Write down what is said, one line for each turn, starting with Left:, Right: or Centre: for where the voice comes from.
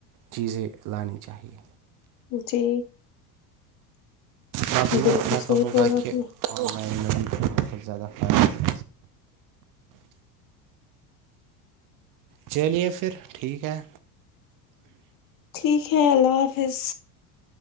Right: چیزیں لانی چاہیے
Left: جی
Right: میں
Left: بالکل
Right: میں کہوں
Left: صحیح بولا
Right: گا
Left: آپ
Right: کہ
Left: نے
Right: آن لائن میںنگ بہت زیادہ فائدق چلیے پھر ٹھیک ہے
Left: ٹھیک ہے اللہ حافظ